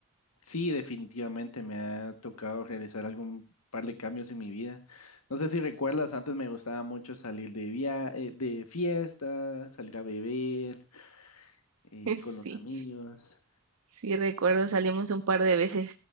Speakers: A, on the left; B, on the right.
A: Sí, definitivamente me ha tocado realizar algún par de cambios en mi vida. No sé si recuerdas, antes me gustaba mucho salir de via eh, de fiesta, salir a beber eh,
B: <laughs>
A: con
B: Sí,
A: los amigos.
B: sí, recuerdo, salimos un par de veces.